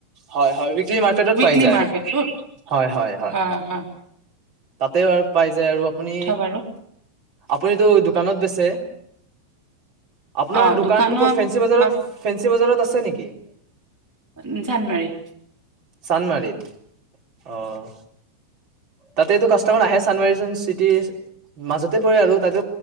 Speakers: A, on the right; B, in the centre.
A: হয় হয় উইকলি মাৰ্কেটত
B: উইকলি
A: পাই যায়
B: মাৰ্কেটটোত
A: হয় হয় হয়
B: হ
A: তাতে আৰু পাই যায় আৰু আপুনি
B: বাৰু
A: আপুনিতো দোকানত বেচ আপোনাৰ
B: অ
A: দোকানটো
B: দোকানত
A: ক'ত ফেঞ্চি বজাৰত
B: বা
A: ৰেঞ্জ বজাৰত আছে নেকি
B: উ জানমাৰি
A: চানমাৰিত অঁ তাতেতটো কাষ্টমাৰ আহে চানুৱাৰী চোন চিটিৰ মাজতে পৰে আৰু তাতে